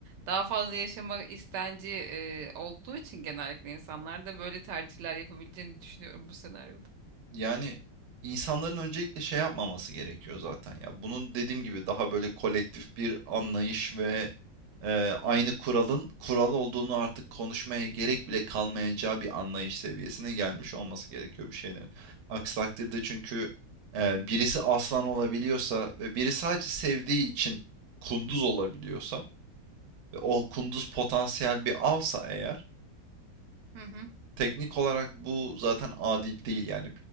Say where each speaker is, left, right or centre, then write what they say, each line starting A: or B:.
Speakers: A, on the right (about 80°); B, on the right (about 60°).
A: daha fazla yaşama istenci e, olduğu için genellikle insanlar da böyle tercihler yapabileceğini düşünüyorum bu senaryoda.
B: Yani insanların öncelikle şey yapmaması gerekiyor zaten ya. Bunun dediğim gibi daha böyle kolektif bir anlayış ve e, aynı kuralın kural olduğunu artık konuşmaya gerek bile kalmayacağı bir anlayış seviyesine gelmiş olması gerekiyor bir şeylerin. Aksi takdirde çünkü e, birisi aslan olabiliyorsa ve biri sadece sevdiği için kunduz olabiliyorsa ve o kunduz potansiyel bir avsa eğer
A: Hı hı.
B: teknik olarak bu zaten adil değil yani.